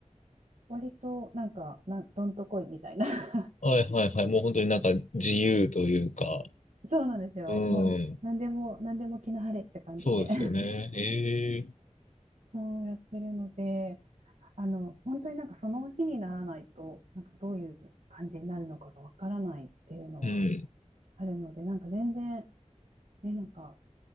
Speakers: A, on the right; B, on the left.
A: 割と、なんか、な、どんとこいみたいな。<laughs>
B: あ、はいはいはい、もう本当になんか自由というか、
A: そうなんですよ。
B: うん、
A: もう、なんでも、なんでも気の晴れって感じで。
B: そうですよね。ええ
A: そうやってるので、あの、本当になんかその日にならないと、なんかどういう感じになるのかがわからないっていうのは
B: うん。
A: あるので、なんか全然、ね、なんか、